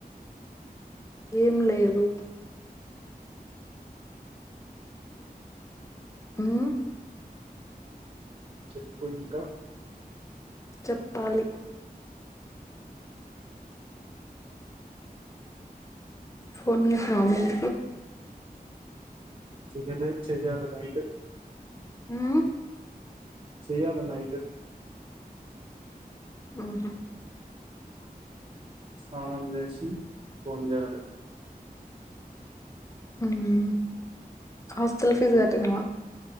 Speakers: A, on the left (about 20°); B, on the right (about 40°).
A: ఏం లేదు ఉమ్
B: చెప్పు ఇంకా
A: చెప్పాలి ఫోన్ జేసినవ మీ ఇంటికి
B: దిగలే చేయాలె నైట్
A: ఊమ్
B: చేయ్యాల నైట్
A: ఉ హు
B: స్నానం జేసి ఫోన్ జేయాలె
A: ఊమ్ హాస్టల్ ఫీస్
B: పొద్-
A: గట్టినవా